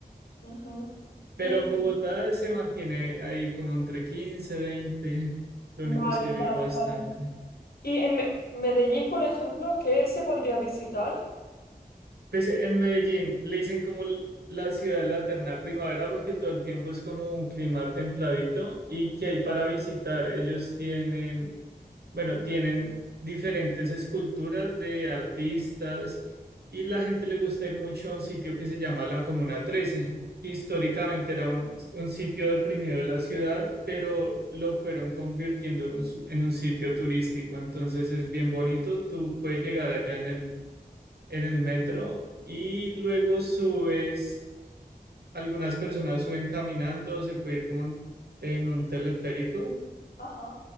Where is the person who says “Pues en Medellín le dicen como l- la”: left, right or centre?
Right